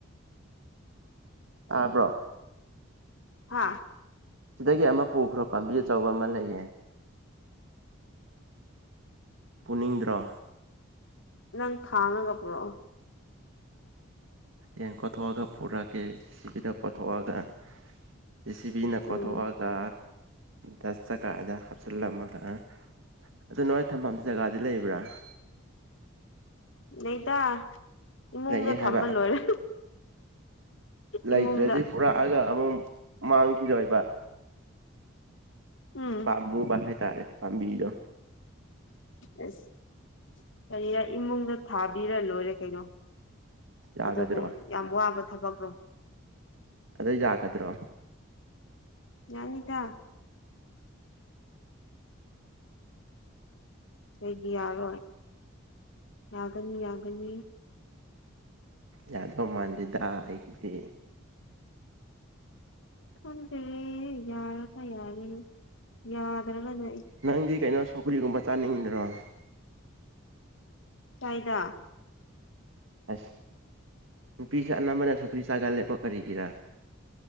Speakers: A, on the right; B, on the left.
A: ꯑꯥꯕ꯭ꯔꯣ
B: ꯍꯥꯥ
A: ꯁꯤꯗꯒꯤ ꯑꯃ ꯄꯨꯈ꯭ꯔꯣ ꯄꯥꯝꯕꯤ ꯑꯆꯧꯕ ꯑꯃ ꯂꯩꯌꯦ ꯄꯨꯅꯤꯡꯗ꯭ꯔꯣ
B: ꯅꯪ ꯊꯥꯡꯉꯒꯥ ꯄꯨꯔꯣ
A: ꯍꯌꯦꯡ ꯀꯣꯊꯣꯛꯑꯒ ꯄꯨꯔꯛꯀꯦ ꯁꯤꯕꯤꯗ ꯀꯣꯊꯣꯛꯑꯒ ꯖ‌ꯦ ꯁꯤ ꯕꯤꯅ
B: ꯎꯝ
A: ꯀꯣꯊꯣꯛꯑꯒ ꯗꯁꯇꯀꯗ ꯍꯥꯞꯆꯤꯜꯂꯝꯃꯒ ꯑꯗꯨ ꯅꯣꯏ ꯊꯝꯕꯝ ꯖꯒꯥꯗꯤ ꯂꯩꯕ꯭ꯔꯥ
B: <inaudible> ꯅꯗꯥ ꯏꯃꯨꯡꯗ
A: ꯂꯩꯌꯦ ꯍꯥꯏꯕ
B: ꯊꯝꯃ ꯂꯣꯏꯔꯦ
A: ꯂꯩꯇ꯭ꯔꯗꯤ
B: ꯏꯃꯨꯡꯗ
A: ꯄꯨꯔꯛꯑꯒ ꯑꯃꯨꯛ ꯃꯥꯡꯈꯤꯗꯣꯏꯕ
B: ꯎꯝ
A: ꯄꯥꯝꯃꯨꯕ ꯍꯥꯏꯇꯥꯔꯦ ꯄꯥꯝꯕꯤꯗꯣ
B: ꯑꯁ ꯀꯔꯤꯔ ꯏꯃꯨꯡꯗ ꯊꯥꯕꯤꯔ ꯂꯣꯏꯔꯦ ꯀꯩꯅꯣ
A: ꯌꯥꯒꯗ꯭ꯔꯣ
B: ꯑꯗꯨꯕꯨ ꯌꯥꯝ ꯋꯥꯕ ꯊꯕꯛ꯭ꯔꯣ
A: ꯑꯗꯨ ꯌꯥꯒꯗ꯭ꯔꯣ
B: ꯌꯥꯅꯤꯗ ꯀꯩꯗꯤ ꯌꯥꯔꯣꯏ ꯌꯥꯒꯅꯤ ꯌꯥꯒꯅꯤ
A: ꯌꯥꯗꯧ ꯃꯥꯟꯟꯗꯦꯗ ꯑꯩꯒꯤꯗꯤ
B: ꯈꯪꯗꯔꯦ ꯌꯥꯔꯒ ꯌꯥꯔꯦ ꯌꯥꯗ꯭ꯔꯒꯅꯥ
A: ꯅꯪꯗꯤ ꯀꯩꯅꯣ ꯁꯧꯒꯨꯔꯤꯒꯨꯝꯕ ꯆꯥꯅꯤꯡꯗ꯭ꯔꯣ
B: ꯇꯥꯏꯗꯥ
A: ꯑꯁ ꯅꯨꯄꯤꯁꯦ ꯑꯅꯝꯕꯅ ꯁꯨꯈ꯭ꯔꯤ ꯁꯥꯥꯒꯜꯂꯦꯗ ꯀꯔꯤꯒꯤꯔꯥ